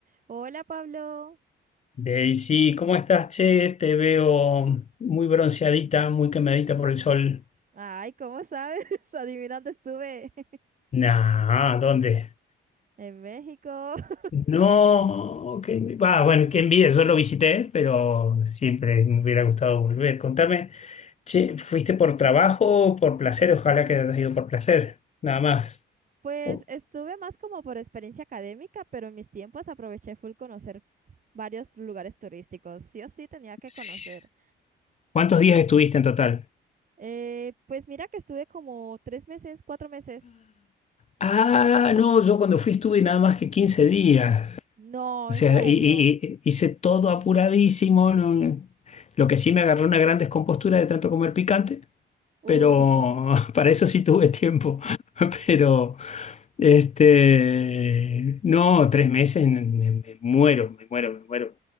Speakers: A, on the right (about 40°); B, on the left (about 35°).
A: Hola Pablo.
B: Daisy, ¿cómo estás, che? Te veo muy bronceadita, muy quemadita por el sol.
A: Ay, ¿cómo sabes? <laughs> Adivina dónde estuve. <laughs>
B: Nah, ¿dónde?
A: En México. <laughs>
B: No, que va, bueno, qué envidia, yo lo visité, pero siempre me hubiera gustado volver. Contame, che, ¿fuiste por trabajo o por placer? Ojalá que hayas ido por placer, nada más.
A: Pues
B: O-
A: estuve más como por experiencia académica, pero en mis tiempos aproveché full conocer varios lugares turísticos. Sí o sí tenía que
B: sí.
A: conocer.
B: ¿Cuántos días estuviste en total?
A: Eh, pues mira que estuve como tres meses, cuatro meses.
B: Ah, ah, no, yo cuando fui estuve nada más que 15 días.
A: No,
B: O sea,
A: en serio.
B: y, y- y- hice todo apuradísimo. no- Lo que sí me agarró una gran descompostura de tanto comer picante,
A: Uh,
B: pero
A: <laughs>
B: <laughs> para eso sí tuve tiempo. <laughs> Pero, este, no, tres meses me, me- me muero, me muero, me muero.